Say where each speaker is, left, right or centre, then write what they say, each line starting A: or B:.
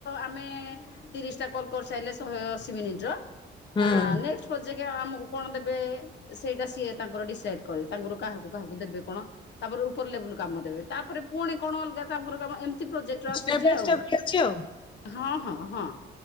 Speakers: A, on the left; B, on the left.
A: ଆମେ ତିରିଶିଟା କଲ କରିସାରିଲେ ଶହେ ଅଶୀ ମିନିଟର
B: ହୁଁ।
A: ଆଁ ନେଷ୍ଟ ପ୍ରୋଜେକ୍ଟ ଆଜ୍ଞା ଆମକୁ କଣ ଦେବେ ସେଇଟା ସିଏ ତାଙ୍କର ଡିସାଇଡ କରି ତାଙ୍କର କାହାକୁ କାହାକୁ ଦେବେ କଣ, ତାପରେ ଉପର ଲେବୁଲ୍ କାମ ଦେବେ ତାପରେ ପୁଣି କଣ ଅଲଗା ତାଙ୍କର କାମ ଏମ ତି ଟିପ୍ରୋଜେକ୍ଟର ଆସୁଛି
B: ଷ୍ଟେପ୍ ବାଇ
A: ଆଉ
B: ଷ୍ଟେପ୍ ଇଏ ଅଛି ଆଉ।
A: ହଁ ହଁ ହଁ।